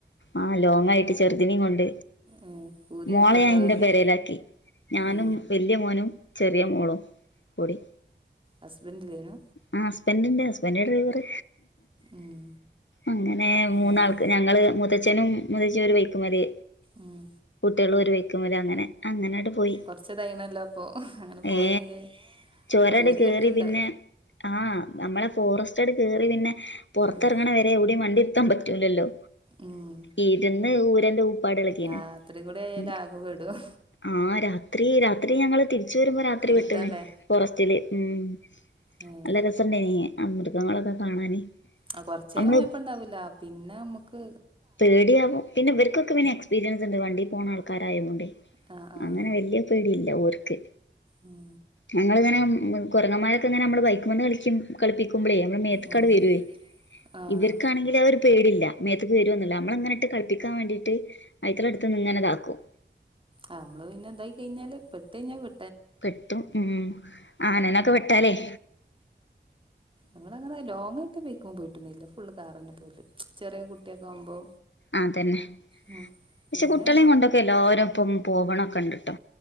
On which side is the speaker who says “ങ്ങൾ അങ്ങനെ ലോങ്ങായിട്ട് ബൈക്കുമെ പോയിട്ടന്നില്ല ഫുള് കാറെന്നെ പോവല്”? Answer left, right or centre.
Right